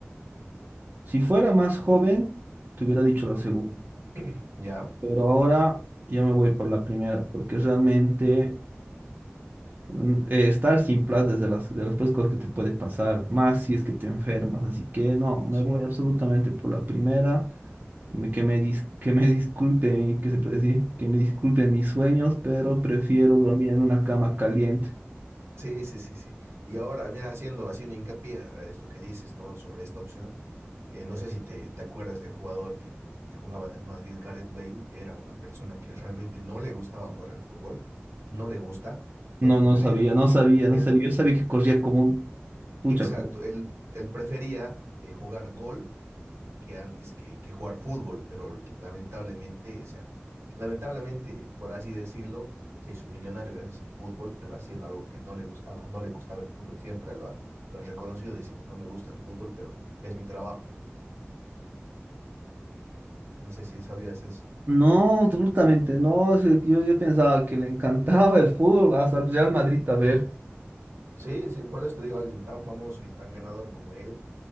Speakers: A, on the right (about 45°); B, on the right (about 85°).
A: si fuera más joven, te hubiera dicho la segunda,
B: <clears throat> ¿Ya?
A: pero ahora yo me voy por la primera, porque realmente Mm, eh, estar sin plata es de las, de las peores cosas que te puede pasar, más si es que te enfermas. Así que no, me
B: Sí.
A: voy absolutamente por la primera. me- que me, dis- que me disculpen, mi- ¿qué se puede decir? Que me disculpen mis sueños, pero prefiero dormir en una cama caliente.
B: Sí, sí, sí, sí. Y ahora, mira, haciendo, haciendo hincapié a esto que dices, ¿no? Sobre esta opción, eh, no sé si te, te acuerdas del jugador de- que jugaba en el Madrid, Gareth Bale, era una persona que realmente no le gustaba jugar al fútbol, no le gusta, él
A: No,
B: prefería,
A: no sabía, no sabía, no
B: él,
A: sabía. Yo sabía que corría como un pucha.
B: exacto, él, él prefería eh, jugar golf que antes que, que jugar fútbol, pero lamentablemente, o sea, lamentablemente, por así decirlo, se hizo millonario gracias al fútbol, pero haciendo algo que no le gustaba, no le gustaba el fútbol, siempre lo ha, lo ha reconocido diciendo, no me gusta el fútbol, pero es mi trabajo. No sé si sabías eso.
A: No, absolutamente no. es que Yo, yo pensaba que le encantaba el fútbol, hasta el Real Madrid, a ver.
B: Sí, sí, por eso te digo, alguien tan famoso y tan ganador como él,